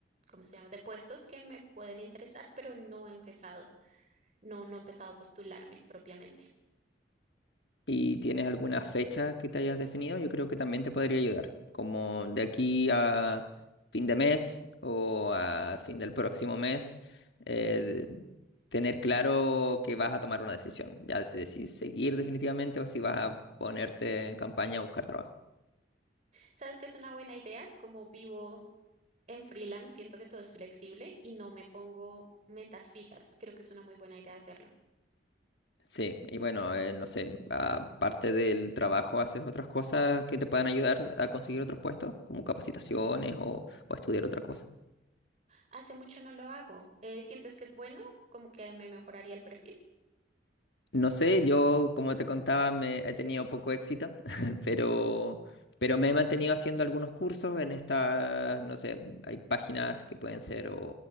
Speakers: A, on the right (about 40°); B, on the left (about 70°).
A: ¿cómo se llama? De puestos que me pueden interesar, pero no he empezado, no, no he empezado a postularme propiamente.
B: ¿Y tienes alguna fecha que te hayas definido? Yo creo que también te podría ayudar, como de aquí a fin de mes o a fin del próximo mes, eh, tener claro que vas a tomar una decisión, ya si decides seguir definitivamente o si vas a ponerte en campaña a buscar trabajo.
A: ¿Sabes que es una buena idea? Como vivo en freelance, siento que todo es flexible y no me pongo metas fijas. Creo que es una muy buena idea hacerlo.
B: Sí, y bueno, eh, no sé, aparte del trabajo, ¿haces otras cosas que te puedan ayudar a conseguir otros puestos, como capacitaciones o, o estudiar otra cosa?
A: Hace mucho no lo hago. Eh, ¿sientes que es bueno? ¿Como que me mejoraría el perfil?
B: No sé, yo, como te contaba, me he tenido poco éxito, <laughs> pero, pero me he mantenido haciendo algunos cursos en estas, no sé, hay páginas que pueden ser o,